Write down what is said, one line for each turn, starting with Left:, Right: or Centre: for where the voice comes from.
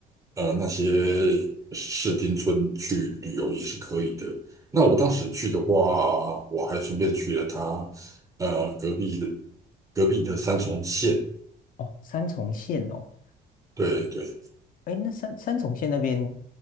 Right: 呃那些市町村去旅游也是可以的。那我当时去的话，我还顺便去了它呃隔壁的隔壁的三重县。
Left: 哦，三重县哦，
Right: 对对，
Left: 哎，那三三重县那边，